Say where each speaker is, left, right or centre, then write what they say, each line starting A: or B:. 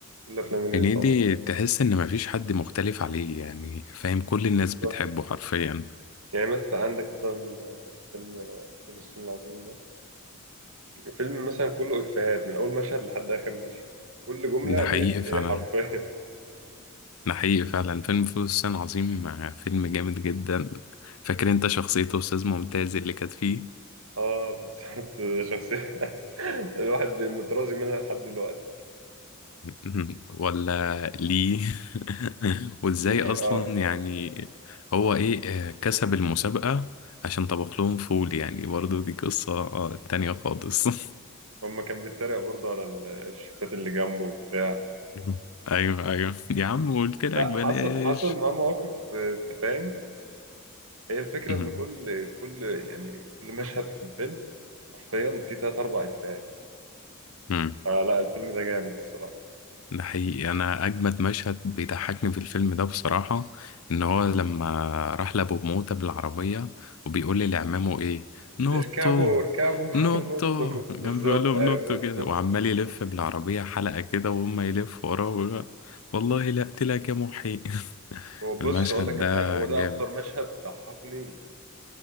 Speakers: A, on the right; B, on the left.
A: كل أفلام هنيدي
B: هنيدي
A: طبعا
B: تحس ان مفيش حد مختلف عليه يعني فاهم كل الناس
A: بالظبط.
B: بتحبه حرفيا
A: يعني مثلا عندك مثلا آه، فيلم آه، فول الصين العظيم ده الفيلم مثلا كله إفيهات من أول مشهد لحد آخر مشهد كل جملة
B: ده
A: بإفيه
B: حقيقي فعلا
A: حرفيا
B: ده حقيقي فعلا فيلم فول الصين العظيم فيلم جامد جدا فاكر انت شخصية استاذ ممتاز اللي كانت فيه
A: اه بالظبط <laughs> شخصية <laughs> الواحد مترازي منها لحد دلوقتي
B: مم. ولا ليه <laughs> وازاي
A: ليه
B: اصلا
A: اه
B: يعني هو ايه آه، كسب المسابقة عشان طبخ لهم فول يعني برضو دي قصة آه، تانية خالص <laughs>
A: هما كان بيتريق برضه على ال- الشيفات اللي جنبه وبتاع
B: مم. ايوه ايوه يا عم قلت لك
A: لا
B: بلاش
A: حصل حصل معاه مواقف آه، انت فاهم هي الفكرة
B: مم.
A: ان كل كل يعني كل مشهد في الفيلم حرفيا فيه تلات أربع إفيهات
B: مم.
A: فلا الفيلم ده جامد الصراحة
B: ده حقيقي انا اجمد مشهد بيضحكني في الفيلم ده بصراحه ان هو لما راح لابو موته بالعربيه وبيقول لي لعمامه ايه نوتو
A: اركبوا اركبوا <laughs>
B: نوتو
A: نطوا نطوا.
B: كان
A: بالظبط
B: بيقول لهم
A: أيوه
B: نوتو
A: نطوا
B: كده وعمال يلف بالعربيه حلقه كده وهم يلفوا وراه ويقولوا له، والله لا اقتلك يا محي <laughs>
A: هو بص
B: المشهد
A: هقول لك
B: ده
A: على حاجة هو
B: جامد
A: ده أكتر مشهد ضحكني